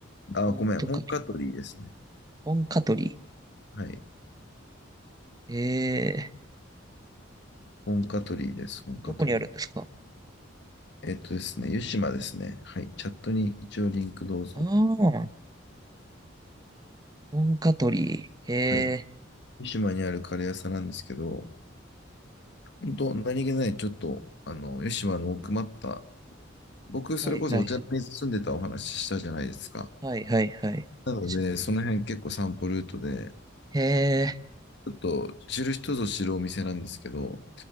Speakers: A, on the left; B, on the right.
A: ー、あ、
B: 本とか、
A: ごめん、本カトリーですね。
B: 本カトリ
A: はい、
B: ー。えー、
A: 本カトリーです、本カトリー。
B: どこにあるんですか
A: えっとですね、湯島ですね。はい、チャットに一応リンクどうぞ。
B: ああー、本カトリー。え
A: はい、湯島にあるカレー屋さんなんですけど、本当、何気ない、ちょっと、あの、吉島の奥まった、僕、それこそお茶の水住んでたお話したじゃないですか。
B: ー、はいはい、はいはいはい。
A: なので、
B: し
A: その辺結構散歩ルートで、
B: え
A: ちょっと知る人ぞ知るお店なんですけど、